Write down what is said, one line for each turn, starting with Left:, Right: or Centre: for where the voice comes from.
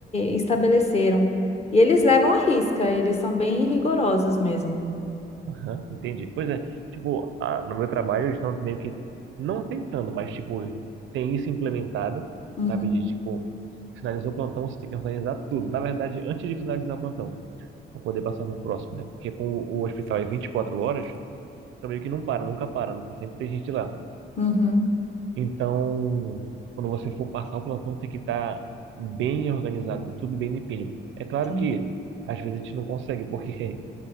Left: estabeleceram. E eles levam à risca, eles são bem rigorosos mesmo.
Right: Aham, entendi. Pois é, tipo, ah, no meu trabalho eles estão meio que, não tentando, mas, tipo, tem isso implementado,
Left: Uhum,
Right: sabe? De, tipo, finalizou o plantão, você tem que organizar tudo. Na verdade, antes de finalizar o plantão, para poder passar para o próximo, né? Porque com o hospital é 24 horas, então meio que não para, nunca para, né? Tá Sempre tem gente lá.
Left: uhum,
Right: Então, quando você for passar o plantão, tem que estar bem organizado, tudo bem limpinho. É claro
Left: sim.
Right: que às vezes a gente não consegue, porque,